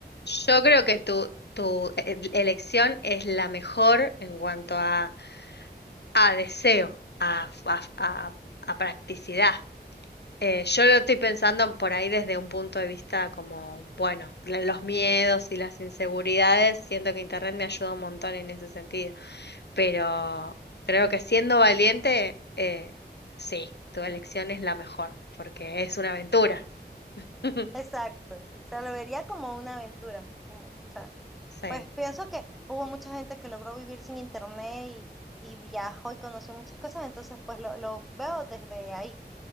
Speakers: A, on the left (about 70°); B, in the centre.
A: Yo creo que tu, tu e- e-, elección es la mejor en cuanto a, a deseo, a, a- a- a practicidad. Eh, yo lo estoy pensando por ahí desde un punto de vista como, bueno, la- los miedos y las inseguridades. Siento que Internet me ayuda un montón en ese sentido. Pero creo que siendo valiente, eh, sí, tu elección es la mejor, porque es una aventura. <laughs>
B: Exacto. O sea, lo vería como una aventura. como, o sea,
A: Sí,
B: pues pienso que hubo mucha gente que logró vivir sin internet y, y viajó y conoció muchas cosas, entonces pues lo, lo veo desde ahí.